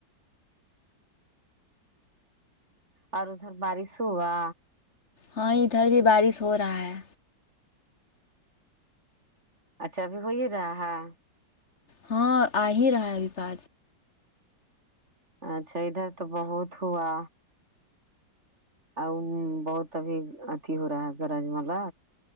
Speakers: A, on the right; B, on the left.
A: اور ادھر بارش ہوا
B: ہاں ادھر بھی بارش ہو رہا ہے
A: اچھا ابھی ہو ہی رہا ہے
B: ہاں آ ہی رہا ہے ابھی پا
A: اچھا ادھر تو بہت ہوا ا بہت ابھی اتیھی ہو رہا ہے گ رج مال